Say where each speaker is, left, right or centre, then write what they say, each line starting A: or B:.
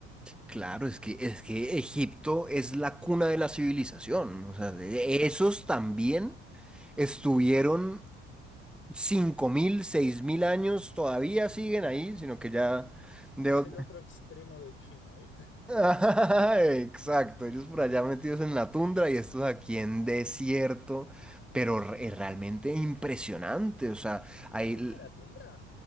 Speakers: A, in the centre; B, on the left.
A: Claro, es que, es que Egipto es la cuna de la civilización. O sea, de-
B: Ujú.
A: esos también estuvieron cinco mil, seis mil años, todavía siguen ahí, sino que ya... de-
B: Es el otro extremo de China, ¿viste? <laughs>
A: <laughs> Exacto, ellos por allá metidos en la tundra y estos aquí en desierto, pero re- es realmente impresionante. O sea, hay
B: ¿China era tundra?